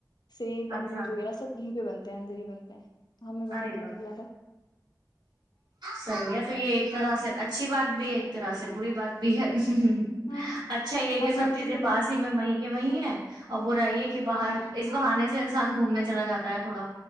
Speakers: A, on the left; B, on the right.
A: سیب امرود
B: اچھا
A: وغیرہ سب یہ بھی بنتے ہیں اندر بنتے ہیں تو ہمیں باہر
B: ارے
A: جانے
B: با
A: کی زیادہ
B: صحیح ہے تو یہ ایک طرح سے اچھی بات بھی ہے ایک طرح سے بری بات بھی ہے ہ
A: ہاں
B: اچھا یہ کہ
A: اب
B: سب
A: ہر
B: چیزیں
A: چیز اندر
B: پاس ہی میں وہیں وہیں ہے اور ب رہائیے کہ باہر
A: ہاں
B: اس بہانے سے انس انسان گھومنے چلا جاتا ہے تھوڑا